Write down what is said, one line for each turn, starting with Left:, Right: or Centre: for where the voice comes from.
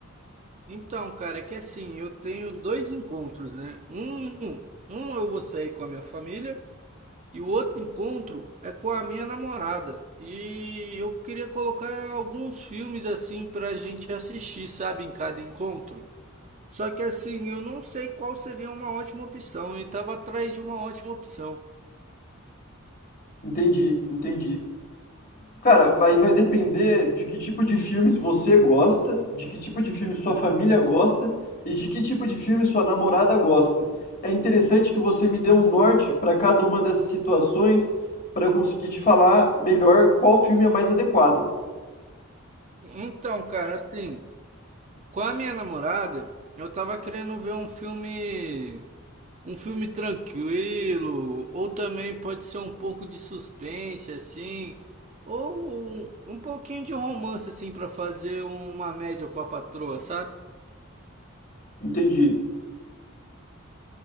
Right: Então, cara, é que assim, eu tenho dois encontros, né? Um, um eu vou sair com a minha família E o outro encontro é com a minha namorada. E eu queria colocar alguns filmes assim pra gente assistir, sabe, em cada encontro. Só que assim, eu não sei qual seria uma ótima opção e tava atrás de uma ótima opção.
Left: Entendi, entendi. Cara, vai, vai depender de que tipo de filmes você gosta, de que tipo de filme sua
Right: Hum.
Left: família gosta e de que tipo de filme sua namorada gosta. É interessante que você me dê um norte para cada uma dessas situações para eu conseguir te falar melhor qual filme é mais adequado.
Right: Então, cara, assim, com a minha namorada, eu tava querendo ver um filme Um filme tranquilo, ou também pode ser um pouco de suspense, assim, ou um, um pouquinho de romance, assim, para fazer uma média com a patroa, sabe?
Left: Entendi.